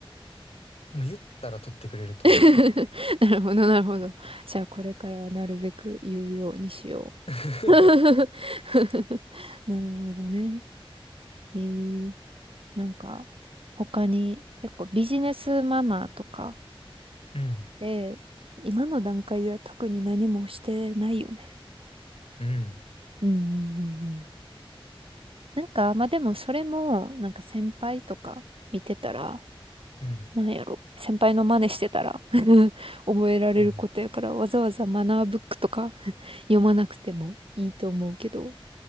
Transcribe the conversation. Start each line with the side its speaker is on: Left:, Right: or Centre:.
Left: もう言ったら取ってくれると思う。
Right: <laughs> なるほど、なるほど。じゃあこれからはなるべく言うようにしよ
Left: <laughs>
Right: う。<laughs> なるほどね。えー、なんか他に結構ビジネスマナーとか、
Left: うん。
Right: で、今の段階では特に何もしてないよね。
Left: うん。
Right: うんうんうんうん。なんか、まあでもそれも、なんか先輩とか見てたら、
Left: うん。
Right: なんやろ。先輩の真似してたら <laughs> 覚えられることやから、
Left: うん。
Right: わざわざマナーブックとか <laughs> 読まなくてもいいと思うけど、